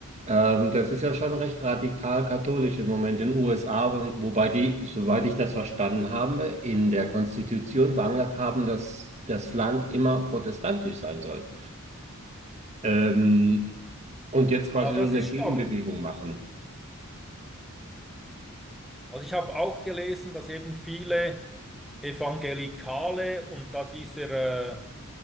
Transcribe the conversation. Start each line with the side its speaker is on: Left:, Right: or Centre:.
Right: ähm, das ist ja schon recht radikal katholisch im Moment in den USA, wo- wobei die, soweit ich das verstanden habe, in der Konstitution verankert haben, dass das Land immer protestantisch sein soll. Ähm, und jetzt quasi
Centre: Ah, das
Right: so eine
Centre: ist spannend.
Right: Gegenbewegung machen.
Centre: Also ich habe auch gelesen, dass eben viele Evangelikale und da dieser äh,